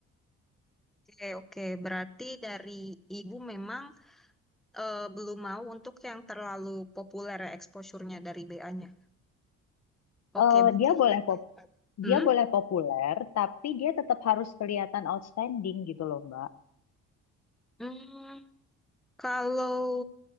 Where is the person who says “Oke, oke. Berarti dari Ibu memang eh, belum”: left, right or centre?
Centre